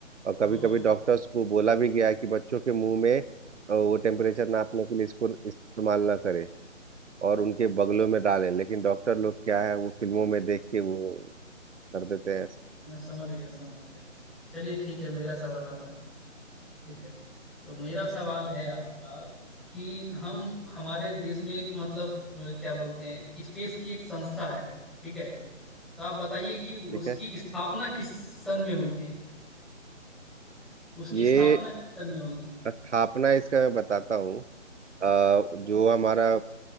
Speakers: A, on the right; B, in the centre.
A: और
B: ओ
A: कभी कभी डॉक्टर्स को बोला भी गया है कि बच्चों के मुंह में अ, वो टेम्परेचर नापने के लिए इसको इस्तेमाल ना करें और उनके बगलों में डालें लेकिन डॉक्टर लोग क्या है वो फिल्मों में देख के वो कर देते हैं ऐसे,
B: मैं समझ गया समझ गया चलिए ठीक है मेरा सवाल आ रहा है ठीक है तो मेरा सवाल है आपका कि हम हमारे देश में एक मतलब अ, क्या बोलते हैं स्पेस की एक संस्था है ठीक है तो आप बताइए कि
A: ठीक
B: उसकी
A: है
B: स्थापना किस सन में हुई थी उसकी
A: ये
B: स्थापना किस सन में हुई थी
A: स्थापना इसका मैं बताता हूँ अ, जो हमारा